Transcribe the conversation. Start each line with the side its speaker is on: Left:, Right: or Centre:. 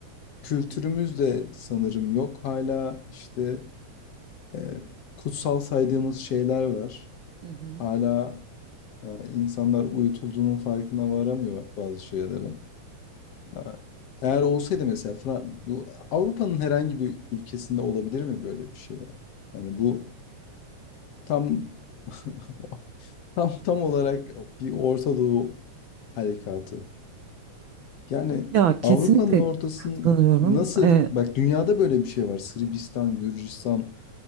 Left: kültürümüz de sanırım yok. Hala işte e, kutsal saydığımız şeyler var.
Right: Hı hı.
Left: Hala e, insanlar uyutulduğunun farkına varamıyor bazı şeylerin. E, Eğer olsaydı mesela Fra- bu Avrupa'nın herhangi bir ülkesinde olabilir mi böyle bir şey ya? Yani bu tam <laughs> tam tam olarak bir Orta Doğu harekatı. Yani
Right: Ya kesinlikle
Left: Avrupa'nın ortasının
Right: katılıyorum.
Left: nasıl
Right: Ee,
Left: bak dünyada böyle bir şey var. Sırbistan, Gürcistan